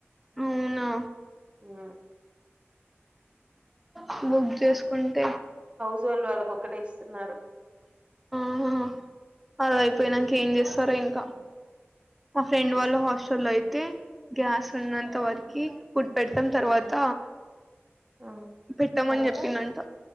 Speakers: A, in the centre; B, on the right.
A: అవునా
B: ఆ
A: ఉ బుక్ చేసుకుంటే
B: జొళ వాళ్ళకు ఒకటే ఇస్తున్నారు
A: ఆ అలా అయిపోయినాక ఏం చేస్ సరే ఇంకా మా ఫ్రెండ్
B: ఇస్త
A: వాళ్ళ హాస్టల్ లో అయితే గ్యాస్ ఉన్నంత వరకి ఫూడ్ పెడతం తర్వాత
B: ఆ
A: పెట్టామని
B: తర్వాత
A: చెప్పినంట